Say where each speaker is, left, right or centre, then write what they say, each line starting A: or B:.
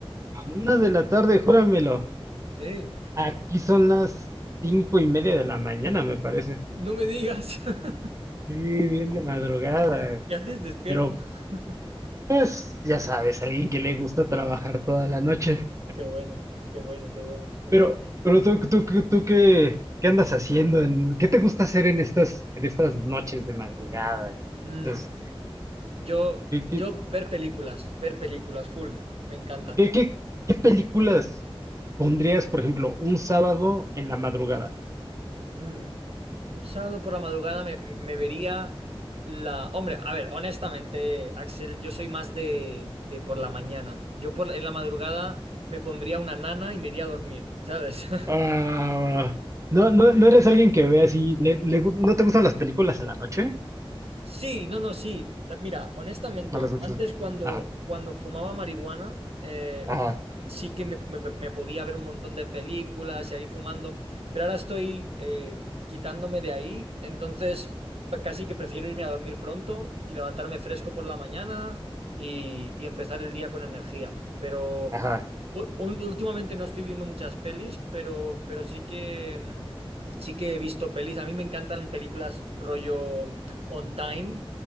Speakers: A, on the right; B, on the right.
A: A una de la tarde, júramelo.
B: Sí.
A: Aquí son las cinco y media de la mañana, me parece.
B: No me digas. <laughs>
A: Sí, bien de madrugada.
B: Ya haces despierto?
A: Pero,
B: <laughs>
A: pues, ya sabes, alguien que le gusta trabajar toda la noche.
B: Qué bueno, qué bueno, qué bueno. Me
A: Pero,
B: encanta.
A: pero tú, tú, tú, tú ¿qué, qué andas haciendo? ¿En- qué te gusta hacer en estas, en estas noches de madrugada? En
B: Mm,
A: estas,
B: yo,
A: ¿qué, qué?
B: yo ver películas, ver películas, full. Me encanta.
A: ¿Qué, qué, qué películas pondrías, por ejemplo, un sábado en la madrugada?
B: Mm, un sábado por la madrugada me, me vería la... Hombre, a ver, honestamente, Axel, yo soy más de, de por la mañana. Yo por, en la madrugada me pondría una nana y me iría a dormir, ¿sabes? <laughs>
A: Ah, no, no, no eres alguien que ve así, le- le gu- ¿no te gustan las películas en la noche?
B: Sí, no, no, sí. Mira, honestamente,
A: No, las noches.
B: antes
A: de- película.
B: cuando,
A: Ajá,
B: cuando fumaba marihuana, eh,
A: ajá,
B: sí que me, me- me podía ver un montón de películas y ahí fumando, pero ahora estoy eh, quitándome de ahí, entonces pa- casi que prefiero irme a dormir pronto y levantarme fresco por la mañana y, y empezar el día con energía. Pero
A: ajá,
B: U- un- Últimamente no estoy viendo muchas pelis, pero, pero sí que, mm, sí que he visto pelis. A mí me encantan películas rollo mm, On Time